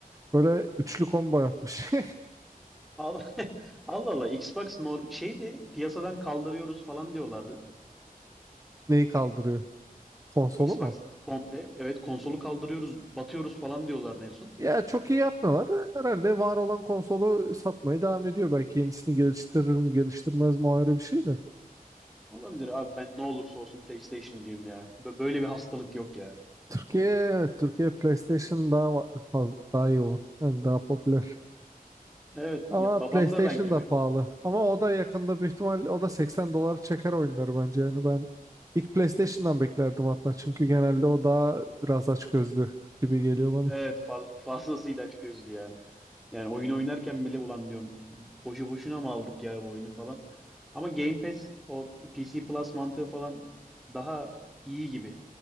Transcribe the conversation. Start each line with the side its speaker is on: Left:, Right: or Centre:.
Right: Böyle üçlü combo yapmış.
Centre: Al- <laughs> Allah Allah. Xbox norm şeydi piyasadan kaldırıyoruz falan diyorlardı.
Right: <laughs> Neyi kaldırıyor? Konsolu
Centre: Xbox
Right: mu?
Centre: komple. Evet konsolu kaldırıyoruz, batıyoruz falan diyorlardı en son.
Right: Ya çok iyi yapmıyorlar da herhalde var olan konsolu satmaya devam ediyor. Belki yenisini geliştirir mi geliştirmez mi o ayrı bir şey de.
Centre: Olabilir abi ben ne olursa olsun PlayStation'cıyım ya. Bö- Böyle bir hastalık yok ya.
Right: Türkiye evet Türkiye PlayStation daha fazla daha yoğun. Yani daha popüler.
Centre: Evet
Right: Ama
Centre: ya babam
Right: PlayStation
Centre: da ben gibi.
Right: da pahalı. Ama o da yakında büyük ihtimal o da 80 doları çeker oyunları bence. Yani ben ilk PlayStation'dan beklerdim hatta. Çünkü genelde o daha biraz açgözlü gibi geliyor bana.
Centre: Evet fa- fazlasıyla açgözlü ya. Yani oyun oynarken bile ulan diyorum boşu boşuna mı aldık ya bu oyunu falan. Ama Game Pass o PC Plus mantığı falan daha iyi gibi.